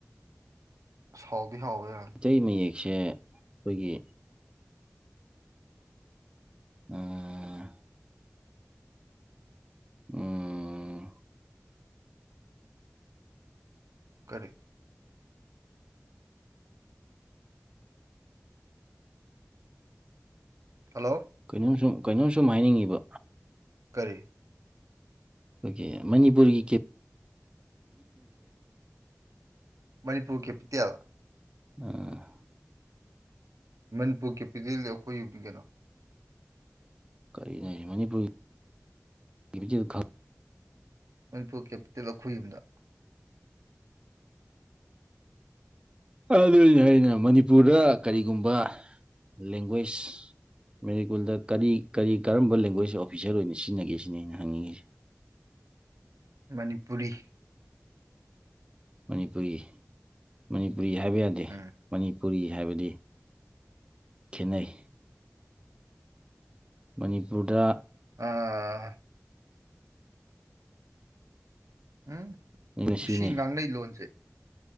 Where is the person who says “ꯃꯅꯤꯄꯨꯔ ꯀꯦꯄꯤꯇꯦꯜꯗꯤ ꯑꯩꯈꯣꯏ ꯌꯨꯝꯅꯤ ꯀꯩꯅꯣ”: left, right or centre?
Right